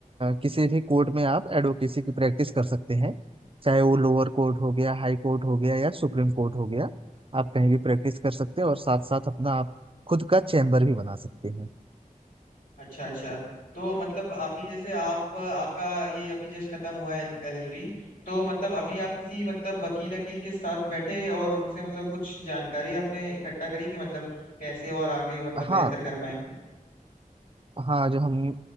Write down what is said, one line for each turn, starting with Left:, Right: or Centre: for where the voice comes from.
Right: किसी भी कोर्ट में आप एडवोकेसी की प्रैक्टिस कर सकते हैं चाहे वो लोअर कोर्ट हो गया हाई कोर्ट हो गया या सुप्रीम कोर्ट हो गया आप कहीं भी प्रैक्टिस कर सकते हैं और साथ साथ अपना आप खुद का चैम्बर भी बना सकते हैं
Left: अच्छा अच्छा तो मतलब अभी जैसे आप आपका ये अभी जस्ट खत्म हुआ है एलएलबी तो मतलब अभी आप किसी मतलब वकील वकील के साथ बैठे और उनसे मतलब कुछ जानकारी आपने इकट्ठा करी कि मतलब कैसे और आगे मतलब बेहतर
Right: हाँ
Left: कर पाएंगे
Right: हाँ जो हम